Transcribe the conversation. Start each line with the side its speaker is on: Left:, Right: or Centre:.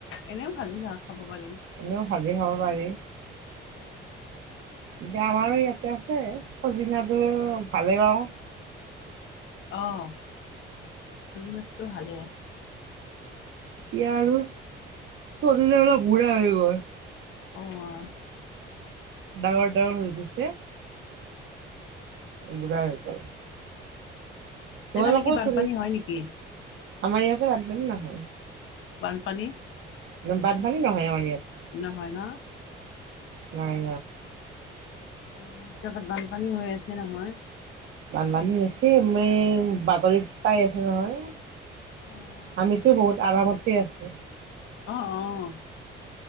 Left: এনেও ভালেই বাৰু খাব পাৰিম।
Right: এনেও ভাজি খাব পাৰি।
Left: অ'
Right: এতিয়া আমাৰো ইয়াতে আছে। চজিনাযোৰ ভালেই বাৰু।
Left: আহ, দুদিনততো ভালেই।
Right: ইয়াৰো চদিলে বুঢ়া হৈ ঘৰ।
Left: অ'
Right: ডাঙৰ-ডাঙৰ হৈ গৈছে। বুঢ়া হৈ কাল।
Left: সেইফালে
Right: তোমালোকেও
Left: কি বানপানী
Right: চ
Left: হয় নেকি
Right: আমাৰ ইয়াতে বব নহ
Left: বানপানী।
Right: মান বাদ ভালী নহয় আাৰ ইয়াত।
Left: নহ ন?
Right: নাই।
Left: এই বহুত জোগাত বানপানী হৈ আছে নহয়।
Right: বান বানী হৈছে মই বাপৰিত পাই আছো নহয়।
Left: অ',
Right: আমিতো বহুত আমতেই আছো।
Left: আহ। আহ।